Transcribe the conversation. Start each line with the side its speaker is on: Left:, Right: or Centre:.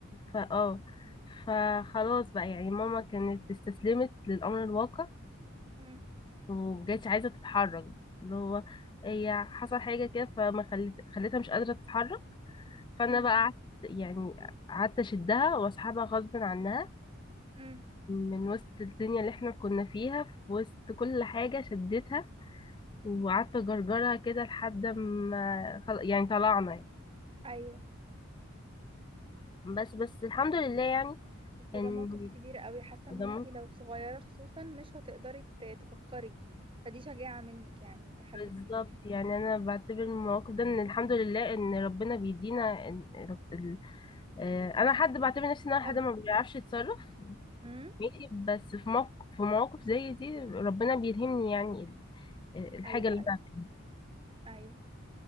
Left: ف اه فخلاص بقى يعني ماما كانت استسلمت للأمر الواقع
Right: مم.
Left: ومبقتش عايزة تتحرك اللي هو هي حصل حاجة كده فما خلت خلتها مش قادرة تتحرك فأنا
Right: مم.
Left: بقى قعدت يعني قعدت أشدها وأسحبها غصب عنها
Right: مم.
Left: من وسط الدنيا اللي احنا كنا فيها في وسط كل حاجة شدتها وقعدت اجرجرها كده لحد ما خل- يعني طلعنا يعني.
Right: ايوه
Left: بس بس الحمد لله يعني
Right: بس ده
Left: ان
Right: موقف كبير قوي حاسه ان
Left: ده
Right: انتي
Left: ممكن
Right: لو صغيره خصوصا مش هتقدري ت- تفكري فدي شجاعه منك يعني وتحدي
Left: بالظبط
Right: كبير
Left: يعني انا بعتبر من المواقف ده ان الحمد لله ان ربنا بيدينا ال... ال... ال- آه، انا حد بعتبر نفسي ان انا
Right: صبر
Left: حد ما بيعرفش يتصرف
Right: امم
Left: ماشي بس في موقف في مواقف زي دي ربنا بيلهمني يعني ال- آه، الحاجة
Right: ايوه
Left: اللي
Right: ايوه
Left: انا
Right: ايوه